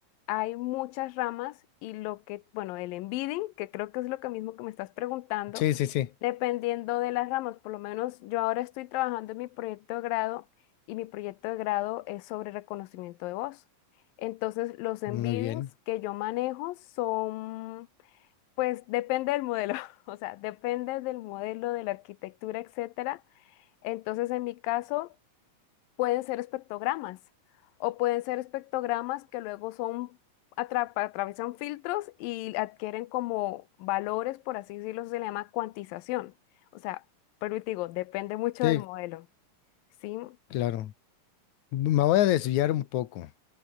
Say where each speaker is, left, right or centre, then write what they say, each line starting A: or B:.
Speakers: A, on the left; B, on the left.
A: hay muchas ramas y lo que, bueno, el embedding, que creo que es lo que mismo que me estás preguntando,
B: Sí, sí, sí.
A: dependiendo de las ramas, por lo menos yo ahora estoy trabajando en mi proyecto de grado y mi proyecto de grado es sobre reconocimiento de voz. Entonces, los embeddings
B: Muy bien.
A: que yo manejo son, pues depende del modelo, <laughs> o sea, depende del modelo, de la arquitectura, etcétera. Entonces, en mi caso pueden ser espectrogramas o pueden ser espectrogramas que luego son atra- atraviesan filtros y adquieren como valores, por así decirlo, se le llama cuantización. O sea, pero te digo, depende mucho
B: Sí,
A: del modelo. Sí,
B: claro. Me voy a desviar un poco.